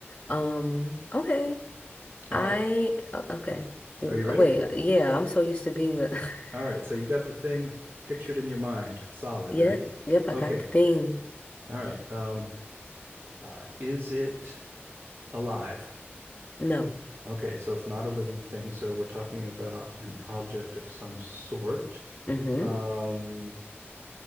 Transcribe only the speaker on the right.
All
right.
Are you ready?
All right. So you got the thing pictured in your mind, solid,
right?
Okay.
All right. Um, uh, is it alive?
Okay, so it's not a living thing, so we're talking about an object of some sort.
Um,